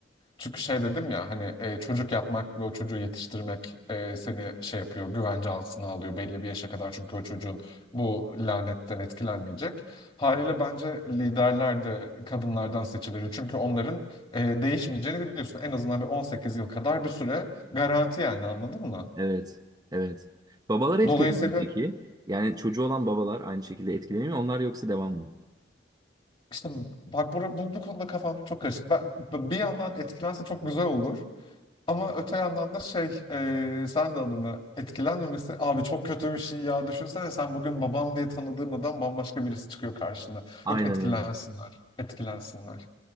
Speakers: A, on the left; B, on the right.
A: Çünkü şey dedim ya hani e, çocuk yapmak ve o çocuğu yetiştirmek e, seni şey yapıyor, güvence altına alıyor belli bir yaşa kadar çünkü o çocuğun bu lanetten etkilenmeyecek. Haliyle bence liderler de kadınlardan seçilir. Çünkü onların e, değişmeyeceğini biliyorsun. En azından bir 18 yıl kadar bir süre garanti yani anladın mı?
B: Evet. Evet. Babalar etkileniyor
A: Dolayısıyla
B: mu peki? Yani çocuğu olan babalar aynı şekilde etkileniyor mu? Onlar yoksa devam mı?
A: işte bak bu, bu, bu konuda kafam çok karışık. Ben, bir yandan etkilense çok güzel olur. Ama öte yandan da şey, e, sen de adını etkilenmemesi, abi çok kötü bir şey ya düşünsene sen bugün babam diye tanıdığın adam bambaşka birisi çıkıyor karşına.
B: Aynen
A: Yok etkilensinler,
B: öyle.
A: etkilensinler,